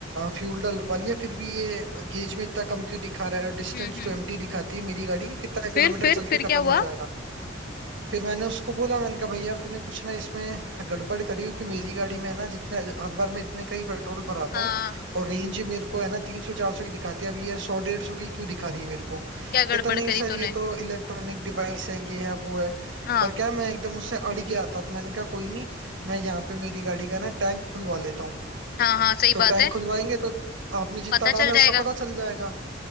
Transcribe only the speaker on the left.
हम्म हम्म
हम्म।
फिर
फिर
फिर
क्या
हुआ
हाँ
क्या
गड़बड़
करी
तूने
हाँ
हाँ हाँ सही
बात
है
पता
चल जाएगा